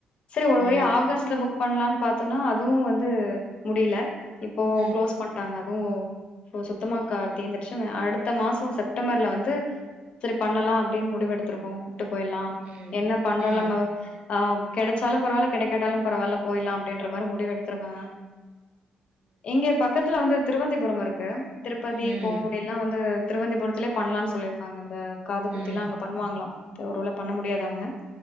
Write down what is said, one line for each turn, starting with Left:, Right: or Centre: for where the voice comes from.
Left: செரி ஒரு
Right: ஓ
Left: வழியா ஆகஸ்ட்ல புக் பண்லான் பாத்தோனா அதுவு வந்து முடில இப்போ
Right: ம்
Left: குளோஸ் பண்டாங்க <unintelligible> ஒ சுத்தமா கா தீந்திடுச்சு ம அடுத்த மாசோ செப்டம்பர்ல வந்து செரி பண்ணலா அப்டின் முடிவு எடுத்திருக்கோ ட்டு போயிலா
Right: ம்
Left: என்ன <unintelligible>
Right: ம் ம்
Left: ஆம் கெடச்சாலும் பரவால கெடைக்காட்டாலும் பரவால்ல போயிர்லா அப்டின்ற மாரி முடிவு எடுத்துருக்காங்க இங்க பக்கத்துல வந்து திருவந்திபுரம் இருக் க திருப்பதி
Right: ம் ம்
Left: போ முடில்னா வந்து திருவந்திபுரத்திலே பண்லான் சொல்லிருக்காகன் ந்த காது
Right: ம்
Left: குத்தி எல்லா அங்க பண்ணுவாங்ளா ப ஒரு வேல பண்ண முடியாதவங்க